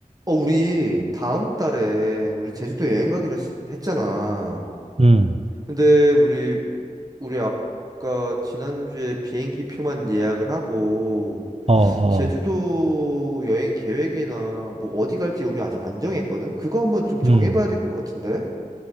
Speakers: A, on the right; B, on the right.
A: 어, 우리 다음 달에 우리 제주도 여행 가기로 했, 했잖아.
B: 음,
A: 근데 우리 우리 아까 지난주에 비행기 표만 예약을 하고
B: 어, 어,
A: 제주도 여행 계획이나 뭐 어디 갈지 우리 아직 안 정했거든. 그거 한번 좀 정해봐야
B: 음,
A: 될 것 같은데.